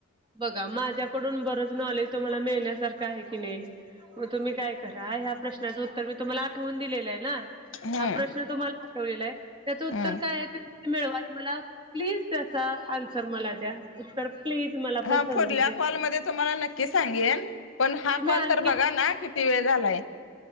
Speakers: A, on the right (about 25°); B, on the left (about 70°).
A: बघा माझ्याकडून बरच नॉलेज तुम्हाला मिळण्यासारखं आहे की नाही. मग तुम्ही काय करा ह्या प्रश्नाचं उत्तर मी तुम्हाला आठवून दिलेलं आहे ना.
B: हम्म
A: हा प्रश्न तुम्हाला आठवलेला आहे त्याचं उत्तर
B: हम्म
A: काय आहे ते मिळवा आणि मला प्लीज त्याचा आन्सर मला द्या उत्तर प्लीज मला
B: हा
A: पण समजू
B: पुढल्या
A: द्या.
B: कॉलमध्ये तुम्हाला नक्की सांगेन पण हा
A: तुम्ही
B: कॉल
A: आणखी
B: तर बघा ना. किती वेळ झालाय.